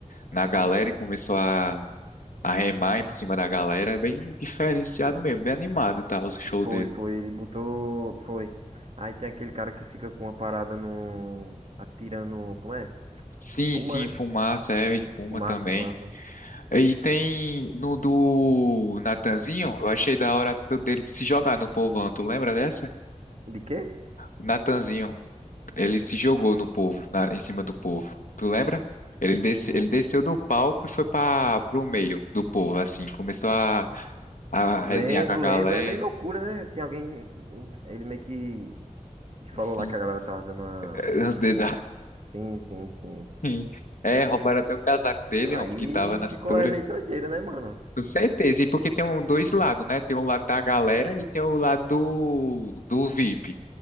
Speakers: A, on the left (about 85°); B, on the right (about 55°).
A: Na galera e começou a arremar por cima da galera. É bem diferenciado mesmo, bem animado tá o show
B: Foi,
A: dele.
B: foi, ele botou, foi. Aí tem aquele cara que fica com uma parada no, atirando, como é?
A: Sim,
B: Espuma,
A: sim, fumaça,
B: né?
A: é, espuma
B: Fumaça,
A: também.
B: fumaça.
A: E tem no do Natanzinho, eu achei da hora a atitude dele de se jogar no povão. Tu lembra dessa?
B: De quê?
A: O Natanzinho, ele se jogou no povo, na- em cima do povo. Tu lembra? Ele, desce,
B: Hum,
A: ele desceu do palco e foi para pro meio do povo, assim. Começou a, a resenhar
B: Lembro,
A: com a galera,
B: lembro, é meio loucura, né? Tem alguém, ele meio que, ele falou
A: assim,
B: lá que a galera tava dando uma...
A: eh, os dedos
B: Sim, sim, sim.
A: Sim. É, roubaram até o casaco dele,
B: Aí
A: homem, que tava na
B: ficou,
A: cintura.
B: é meio doideira, né, mano?
A: Com certeza. E porque tem um- dois lados, né? Tem o lado da galera e tem o lado do, do VIP.